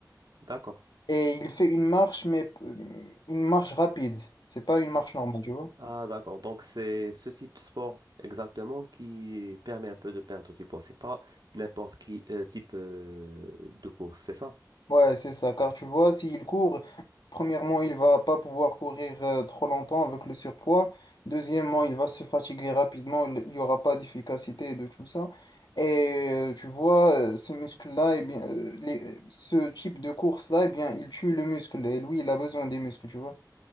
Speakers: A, on the right; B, on the left.
A: d'accord.
B: Et il fait une marche, mais euh, une marche rapide. C'est pas une marche normale, tu vois.
A: Ah, d'accord. Donc, c'est ce type de sport exactement qui permet un peu de perdre du poids. C'est pas n'importe qui euh, type euh, de course, c'est ça?
B: Ouais, c'est ça, car tu vois, s'il court, premièrement, il va pas pouvoir courir euh, trop longtemps avec le surpoids. Deuxièmement, il va se fatiguer rapidement, il n'y aura pas d'efficacité et de tout ça. Et euh, tu vois, euh, ce muscle-là, eh bien, euh, les- ce type de course-là, eh bien, il tue le muscle. Et lui, il a besoin des muscles, tu vois.